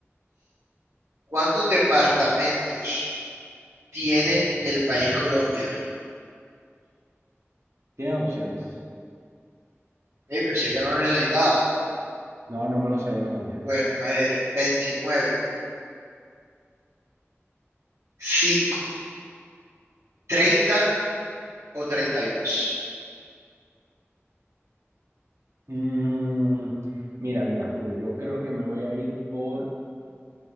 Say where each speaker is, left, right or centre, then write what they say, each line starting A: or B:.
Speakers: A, on the right; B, on the right.
A: ¿cuántos departamentos tiene el país Colombia?
B: ¿Tienes opciones?
A: Eh, pensé que no lo necesitaba.
B: No, no me lo sé de memoria.
A: Bueno, a ver, veintinueve cinco Treinta o 32.
B: Mm, mira, mira, Julio, yo creo que me voy a ir por